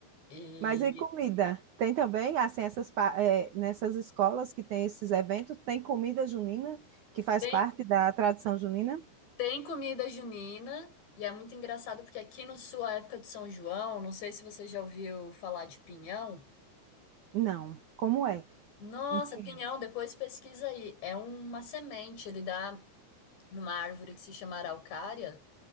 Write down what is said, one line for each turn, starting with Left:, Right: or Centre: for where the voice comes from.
Left: E
Right: Mas e comida? Tem também, assim, essas, pa- eh, nessas escolas que tem esses eventos, tem comida junina, que faz
Left: tem,
Right: parte da tradição junina?
Left: tem comida junina, e é muito engraçado porque aqui no Sul, a época do São João, não sei se você já ouviu falar de pinhão.
Right: Não. Como é?
Left: Nossa,
Right: Um pinhão.
Left: pinhão, depois pesquisa aí. É uma semente, ele dá numa árvore que se chama araucária,